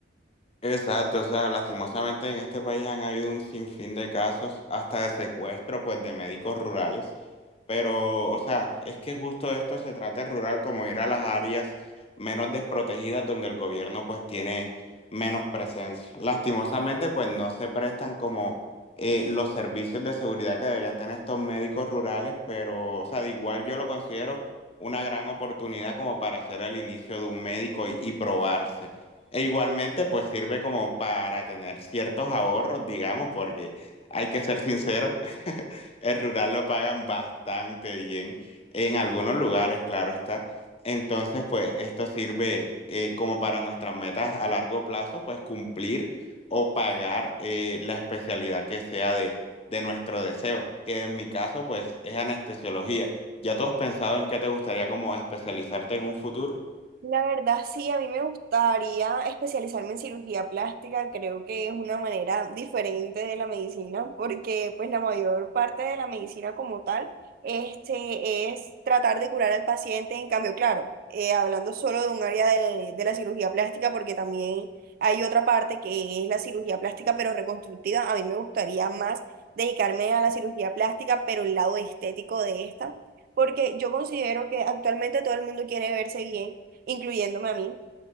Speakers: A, on the left (about 30°); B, on the right (about 50°).
A: Exacto, o sea, lastimosamente en este país han habido un sinfín de casos, hasta de secuestro, pues, de médicos rurales. Pero, o sea, es que justo de esto se trata el rural, como ir a las áreas menos desprotegidas donde el gobierno, pues, tiene menos presencia. Lastimosamente, pues, no se prestan como eh, los servicios de seguridad que deberían tener estos médicos rurales, pero, o sea, de igual yo lo considero una gran oportunidad como para hacer el inicio de un médico y y probarse. E igualmente, pues sirve como para tener ciertos ahorros, digamos, porque hay que ser sinceros, <laughs> el rural lo pagan bastante bien en algunos lugares, claro está. Entonces, pues esto sirve eh, como para nuestras metas a largo plazo, pues cumplir o pagar eh, la especialidad que sea de, de nuestro deseo, que en mi caso, pues es anestesiología. ¿Ya tú has pensado en qué te gustaría como especializarte en un futuro?
B: La verdad, sí, a mí me gustaría especializarme en cirugía plástica, creo que es una manera diferente de la medicina, porque pues la mayor parte de la medicina como tal, este, es tratar de curar al paciente, en cambio, claro, eh, hablando solo de un área de, de la cirugía plástica, porque también hay otra parte que es la cirugía plástica, pero reconstructiva, a mí me gustaría más dedicarme a la cirugía plástica, pero el lado estético de esta, porque yo considero que actualmente todo el mundo quiere verse bien incluyéndome a mí.